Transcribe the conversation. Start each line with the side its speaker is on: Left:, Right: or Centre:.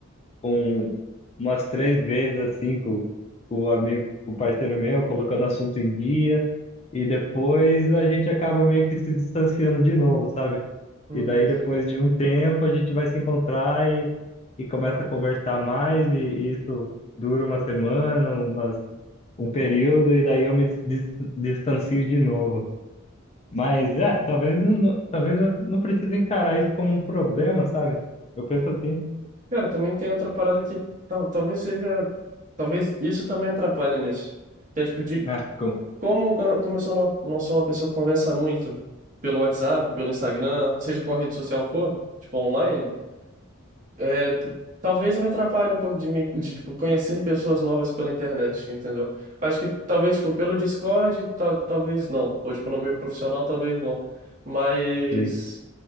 Left: com umas três vezes assim com, com o amigo, com o parceiro meu, colocando assunto em dia, e depois a gente acaba meio que se distanciando de novo, sabe?
Right: Uhum.
Left: E daí depois de um tempo a gente vai se encontrar e, e começa a conversar mais, e, e isso dura uma semana, umas, um período, e daí eu me dis- distancio de novo. Mas é, talvez eu não, talvez eu não precise encarar isso como um problema, sabe? Eu penso assim.
Right: Cara, também tem outra parada que tal- talvez seja. Talvez isso também atrapalhe nisso. Que é tipo de.
Left: Ah, com,
Right: Como, quando- como eu sou- não, não sou uma pessoa que conversa muito pelo WhatsApp, pelo Instagram, seja qual rede social for, tipo online, é, t- talvez me atrapalhe um pouco de, me, de tipo, conhecer pessoas novas pela internet, entendeu? Acho que talvez tipo, pelo Discord, tal- talvez não. Ou tipo, no meio profissional, talvez não. Mas.
Left: sim